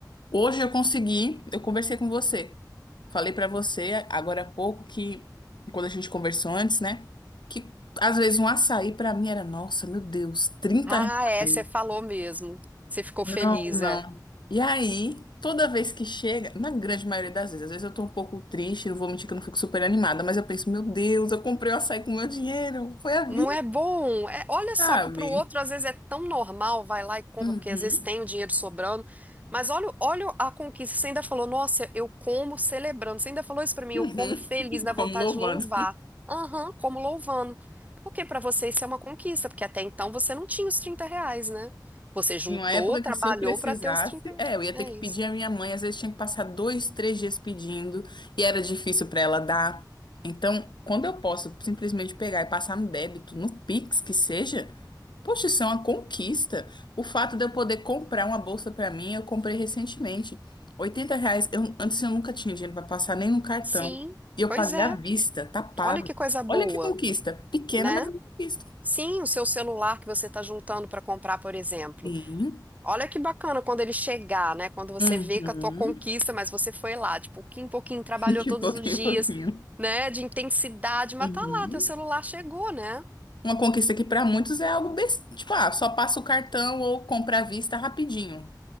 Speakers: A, on the left; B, on the right.
A: hoje eu consegui, eu conversei com você. Falei pra você agora há pouco que, quando a gente conversou antes, né? Que às vezes um açaí pra mim era, nossa, meu Deus, trinta
B: Ah, é,
A: reais.
B: você falou mesmo. Você ficou
A: Não,
B: feliz,
A: não.
B: é.
A: E aí, toda vez que chega, na grande maioria das vezes, às vezes eu tô um pouco triste, não vou mentir que eu não fico super animada, mas eu penso, meu Deus, eu comprei o açaí com meu dinheiro, foi a vida,
B: Não é bom. É, olha só
A: sabe?
B: que pro outro às vezes é tão normal, vai lá e compra,
A: Uhum,
B: porque às vezes tem o dinheiro sobrando. Mas olha, olha a conquista. Você ainda falou, nossa, eu como celebrando. Você ainda falou isso pra mim,
A: uhum.
B: eu como feliz,
A: <laughs>
B: dá vontade
A: Como louvando.
B: de louvar. Aham, como louvando. Porque pra você isso é uma conquista, porque até então você não tinha os 30 reais, né? Você juntou,
A: Em uma época
B: trabalhou
A: que se eu precisasse,
B: pra ter os trinta. reais.
A: é, eu ia ter
B: É
A: que pedir
B: isso.
A: à minha mãe, às vezes tinha que passar dois, três dias pedindo, e era difícil para ela dar. Então, quando eu posso simplesmente pegar e passar no débito, no Pix que seja, poxa, isso é uma conquista. O fato de eu poder comprar uma bolsa para mim, eu comprei recentemente. oitenta reais, eu, antes eu nunca tinha dinheiro para passar nem no cartão.
B: Sim,
A: E eu
B: pois
A: paguei
B: é.
A: à vista, tá pago.
B: Olha que coisa boa,
A: Olha que conquista. Pequena,
B: né?
A: mas é uma conquista.
B: Sim, o seu celular que você está juntando para comprar, por exemplo.
A: Sim.
B: Olha que bacana quando ele chegar, né? Quando você
A: Uhum.
B: vê que a tua conquista, mas você foi lá, de pouquinho em pouquinho, trabalhou
A: <laughs> De
B: todos
A: pouquinho
B: os dias,
A: em pouquinho.
B: né? De intensidade, mas
A: Uhum.
B: tá lá, teu celular chegou, né?
A: Uma conquista que para muitos é algo besta, tipo, ah, só passa o cartão ou compra à vista rapidinho.